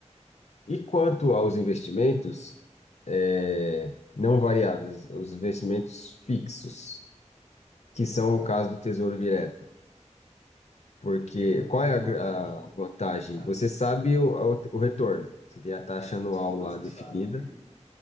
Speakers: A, on the left; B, on the left.
A: E quanto aos investimentos, é, não variáveis, os investimentos fixos, que
B: É,
A: são
B: ah,
A: o caso do Tesouro Direto. Porque
B: ele,
A: qual
B: ele
A: é
B: tem
A: a,
B: uma
A: gra-
B: taxa.
A: a vantagem?
B: Ah,
A: Você sabe o, o, o retorno. Você tem a taxa anual
B: sim,
A: lá
B: você
A: definida,
B: sabe.